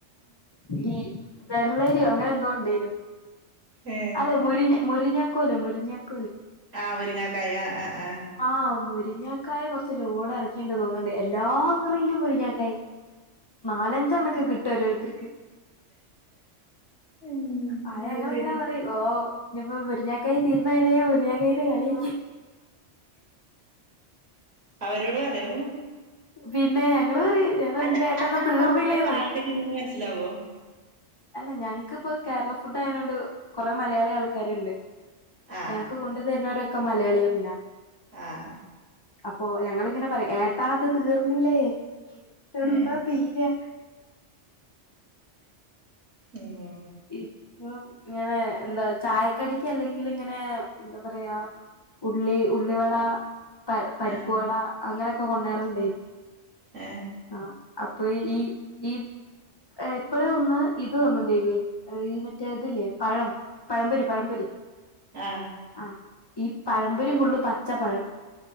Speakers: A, on the left; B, on the right.
A: ഈ വെള്ളരിയോ അങ്ങനെ എന്തോ ഉണ്ടേനു.
B: ഏ
A: അല്ലെ മുരി മുരിഞ്ഞാകോല് മുരിഞ്ഞാ കോല്.
B: ആ മുരിങ്ങാക്കായ ആ ആ ആ
A: ആ മുരിങ്ങാക്കായെ കുറച്ച് ലോഡ് ഇറക്കിന്ന് തോന്നണ്ട് എല്ലാ മറയിലും മുരിങ്ങക്കായ. നാലഞ്ചെണ്ണക്കഒക്കെ കിട്ടും ഓരോരുത്തർക്ക്.
B: ഉം
A: ആ ഞങ്ങളെങ്ങനാ
B: അത് ശരി
A: പറയും ഓ ഇനിപ്പോ മുരിങ്ങക്കായ് തീരുന്നവരെ മുരിങ്ങക്കാന്റെ കളി
B: അവരോട് പറയോ?
A: പിന്നെ. ഞങ്ങള് പറയും ഞങ്ങള്
B: അല്ല
A: നിന്റെ ഏട്ടാ
B: അല്ല
A: ഇത് തീർന്നില്ലേന്ന്
B: അപ്പൊ അവിടുത്തെ ബാശൊക്കെ
A: ചോയിക്കും
B: ങ്ങക്ക് മനസ്സിലാവോ?
A: അല്ല ഞങ്ങക്ക്പ്പോ കേരള ഫുഡ് ആയതൊണ്ട് കൊറെ മലയാളി ആൾക്കാരുണ്ട്.
B: ആ
A: ഞങ്ങക്ക് കൊണ്ടു തരുന്നരൊക്കെ മലയാളികന്നാ
B: ആ
A: അപ്പൊ ഞങ്ങിങ്ങനെ പറി ഏട്ടാത് തീർന്നില്ലേ എന്താ
B: ഏ
A: തീരാ.
B: ഉം.
A: ഇപ്പൊ ഇങ്ങനെ എന്താ ചായക്കടിക്ക് അല്ലെങ്കിൽ ഇങ്ങനെ എന്താ പറയാ? ഉള്ളി ഉള്ളിവട. പ പരിപ്പുവട
B: ആ ആ
A: അങ്ങനോക്കെ കൊണ്ടേറുണ്ടായി
B: ആ ആ
A: ആഹ്. അപ്പൊയി ഈ ഈ എപ്പഴ ഒന്ന് ഇത് തന്ന്ണ്ടേനി. ഈ മറ്റേ ഇതില്ലേ പഴം പഴംപൊരി പഴപൊരി.
B: ആ
A: ആ ഈ പഴമ്പൊരി ഫുള്ള് പച്ചപ്പഴം.